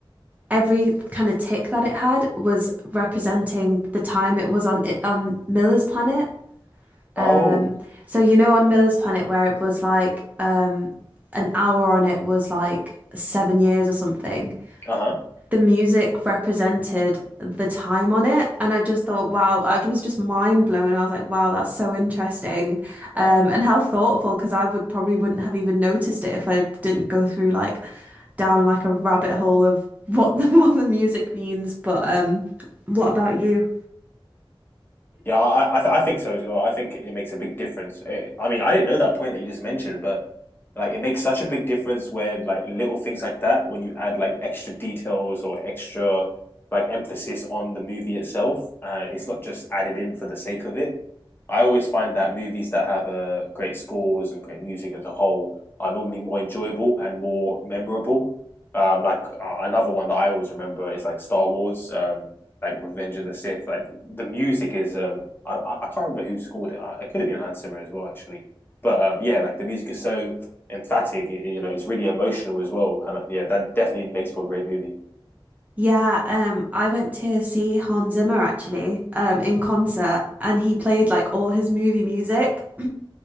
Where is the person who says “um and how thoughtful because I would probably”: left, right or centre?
Right